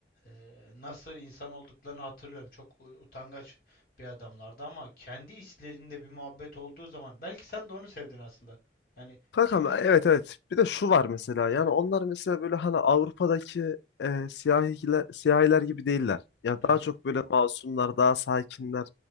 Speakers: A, on the left; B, on the left.
A: e, nasıl insan olduklarını hatırlıyorum. Çok u- utangaç bir adamlardı ama kendi içlerinde bir muhabbet olduğu zaman belki sen de onu sevdin aslında. Yani
B: Kankam
A: kimlik
B: evet evet. Bir de şu var mesela.
A: Heh,
B: Yani onlar mesela böyle hani Avrupa'daki e, siyahiler, siyahiler gibi değiller. Ya
A: Hı
B: daha
A: hı.
B: çok böyle masumlar, daha sakinler.